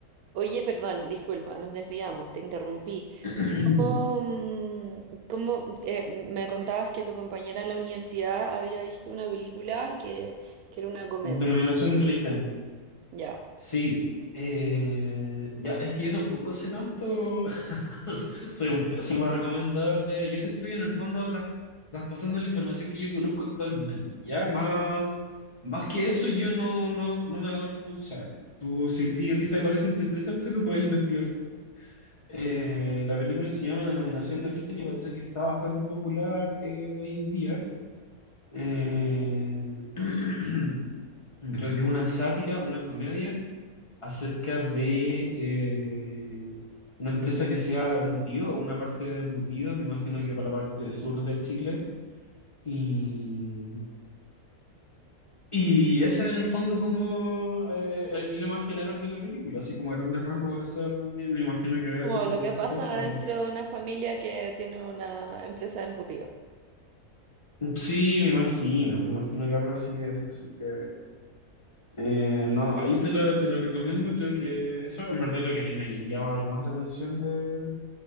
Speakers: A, on the right (about 75°); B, on the left (about 20°).
A: Oye, perdón, disculpa, nos desviamos, te interrumpí.
B: <clears throat>
A: ¿Cómo, mm, cómo, eh, me contabas que tu compañera en la universidad había visto una película que, que era una comedia?
B: Denominación de origen.
A: Ya.
B: Sí, eh, ya, es que yo tampoco sé tanto, <laughs> soy un pésimo recomendador de, yo te estoy en el fondo tras- traspasando la información que yo conozco actualmente, ya, más, más que eso yo no, no, no me hago responsable. Tú, si a ti, a ti te parece interesante, lo puedes investigar. Eh, la película se llama Denominación de Origen y parece que está bastante popular eh, hoy en día. Eh, <clears throat> creo que es una sátira, una comedia acerca de eh, una empresa que hacía embutidos o una parte de embutidos, me imagino que para la parte sur de Chile. Y, y ese en el fondo como eh, el lema general de la película, así como a grandes rasgos, esa me, me imagino que debe
A: Como
B: ser bien
A: lo que
B: chistosa,
A: pasa dentro
B: ¿no?
A: de una familia que tiene una empresa de embutido.
B: Sí, me imagino, me imagino que algo así es, así que eh, no, ahí te la, te la recomiendo, creo que eso en verdad es lo que a mí me llama más la atención de, de